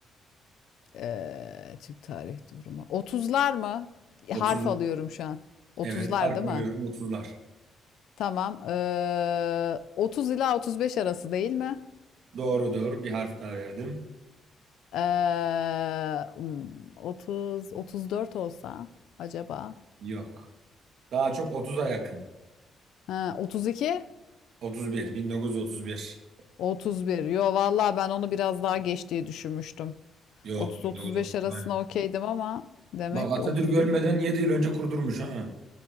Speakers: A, on the left; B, on the right.
A: Ee, Türk tarih durumu. otuzlar mı?
B: Otuzlar.
A: Harf alıyorum şu an. otuzlar
B: Evet, harf
A: değil
B: veriyorum
A: mi?
B: 30'lar.
A: Tamam. Ee, 30 ila 35 arası değil mi?
B: Doğrudur. Bir harf daha verdim.
A: Ee, hmm, 30 34 olsa acaba?
B: Yok. Daha çok 30'a yakın.
A: Ha, 32
B: 31, 1931.
A: 31. Yo vallahi ben onu biraz daha geç diye düşünmüştüm.
B: Yok,
A: 30-35
B: 1931.
A: arasına okeydim ama demek
B: Bak Atatürk
A: ki 31'de
B: ölmeden
A: durmuş.
B: 7 yıl önce kurdurmuş ha.